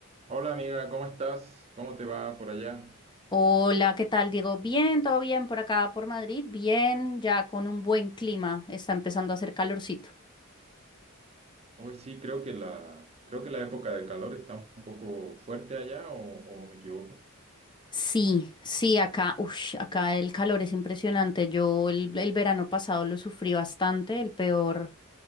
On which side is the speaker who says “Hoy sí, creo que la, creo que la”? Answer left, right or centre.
Right